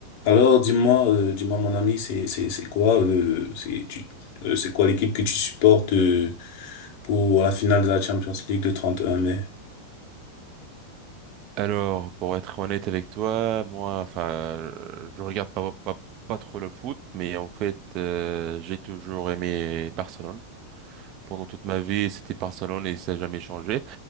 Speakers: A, on the left; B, on the right.
A: Alors, dis-moi, euh, dis-moi, mon ami, c'est, c'est, c'est quoi, euh, c'est, tu, euh, c'est quoi l'équipe que tu supportes, euh, pour la finale de la Champions League le 31 mai?
B: Alors, pour être honnête avec toi, moi, enfin, euh, je regarde pas, pas, pas trop le foot, mais en fait, euh, j'ai toujours aimé Barcelone. Pendant toute ma vie, c'était Barcelone et ça n'a jamais changé.